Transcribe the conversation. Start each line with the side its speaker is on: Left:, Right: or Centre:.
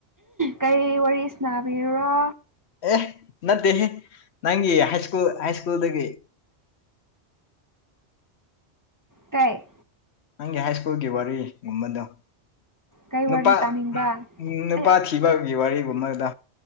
Right: ꯀꯩ ꯋꯥꯔꯤ ꯁꯅꯥꯕꯤꯔꯔꯣ
Left: ꯑꯦ ꯅꯠꯇꯦꯍꯦ ꯅꯪꯒꯤ ꯍꯥꯏꯁꯀꯨꯜ ꯍꯥꯏꯁꯀꯨꯜꯗꯒꯤ
Right: ꯀꯩ
Left: ꯅꯪꯒꯤ ꯍꯥꯏ ꯁ꯭ꯀꯨꯜꯒꯤ ꯋꯥꯔꯤꯒꯨꯝꯕꯗꯣ
Right: ꯀꯩ ꯋꯥꯔꯤ
Left: ꯅꯨꯄꯥ
Right: ꯇꯥꯅꯤꯡꯕ꯭ꯔꯥ
Left: ꯎꯝ ꯅꯨꯄꯥ
Right: ꯑꯩ
Left: ꯊꯤ ꯏꯤꯕꯧꯒꯤ ꯋꯥꯔꯤꯒꯨꯝꯕꯗ